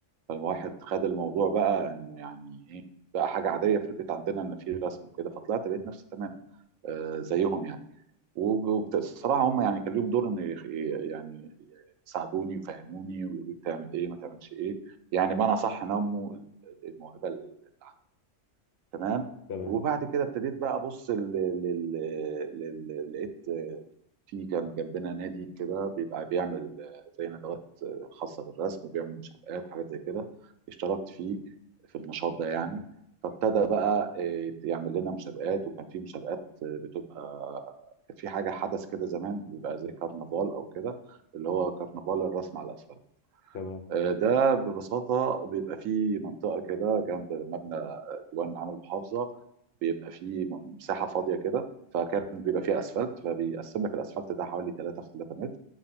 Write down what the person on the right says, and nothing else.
فالواحد خد الموضوع بقى انه يعني ايه بقى حاجه عاديه في البيت عندنا ان في رسم وكده فطلعت لقيت
نفسي تمام آه، زيهم يعني وبصراحه هم يعني كان ليهم دور ان يخ- يعني يساعدوني يفهموني ويقولوا لي تعمل ايه ما تعملش ايه يعني بمعنى صح نموا الموهبه اللي عندي تمام
وبعد كده ابتديت بقى ابص لل... لل... لل... لقيت في كان جنبنا نادي كده بيبقى بيعمل زي ندوات خاصه بالرسم بيعمل مسابقات حاجات زي كده اشتركت فيه في النشاط ده يعني فابتدى بقى إيه، يعمل لنا مسابقات وكان في مسابقات بتبقى كان في حاجه حدث كده زمان بيبقى زي كرنفال او كده اللي هو كرنفال الرسم على الاسفل
آه، ده ببساطة بيبقى فيه منطقة كده جنب مبنى آه، ديوان عام المحافظة بيبقى فيه مساحة فاضية كده فكان بيبقى فيها اسفلت فبيقسم لك الاسفلت ده حوالي 3 في 3 متر